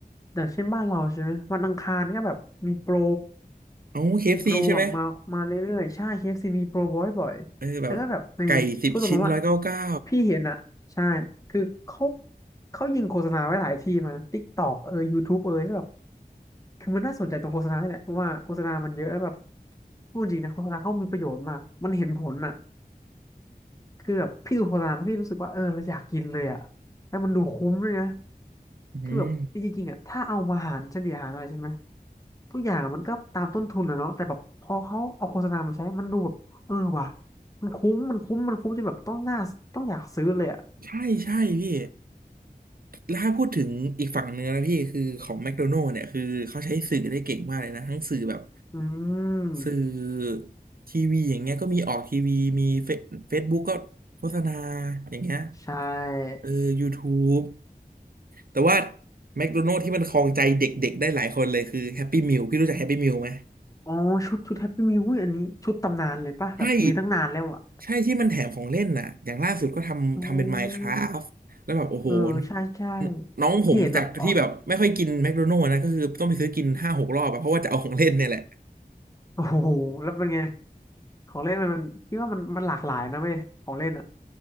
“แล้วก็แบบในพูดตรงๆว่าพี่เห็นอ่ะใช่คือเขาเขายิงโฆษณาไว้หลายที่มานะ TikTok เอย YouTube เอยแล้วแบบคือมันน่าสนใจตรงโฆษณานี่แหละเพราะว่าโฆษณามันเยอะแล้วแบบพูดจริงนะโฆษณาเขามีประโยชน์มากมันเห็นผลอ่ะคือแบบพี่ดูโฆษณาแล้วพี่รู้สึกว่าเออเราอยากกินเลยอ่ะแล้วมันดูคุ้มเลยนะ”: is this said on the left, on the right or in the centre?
Left